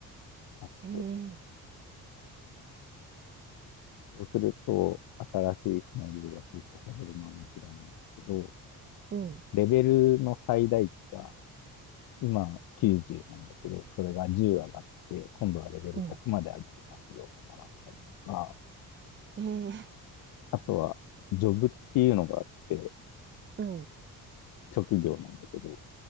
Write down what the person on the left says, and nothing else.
あって、
そうすると、新しいシナリオが追加されるのはもちろんなんだけど、
レベルの最大値が今90なんだけど、それが10上がって、今度はレベル100まで上げますよとかなったりとか、
あとは、ジョブっていうのがあって、
職業なんだけど、